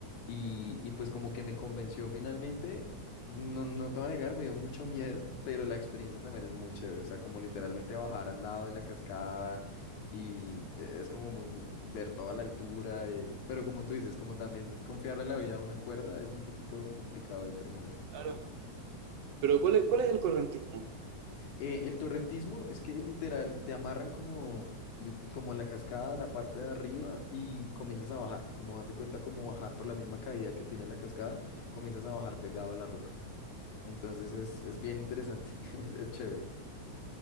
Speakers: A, on the left (about 85°); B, on the right (about 70°).
A: y, y pues como que me convenció finalmente. No, no te voy a negar, me dio mucho miedo, pero la experiencia también es muy chévere. O sea, como literalmente bajar al lado de la cascada y eh, es como muy, muy- ver toda la altura, eh, pero como tú dices, como también confiarle la vida a una cuerda es un poquito complicado de primeras.
B: Claro. Pero ¿cuál es, cuál es el correntismo?
A: Eh, el torrentismo es que literal te amarran como, li- como en la cascada, la parte de arriba y comienzas a bajar, como haz de cuenta como bajar por la misma caída que tiene la cascada, comienzas a bajar pegado a la roca. Entonces es, es bien interesante, <laughs> es es chévere.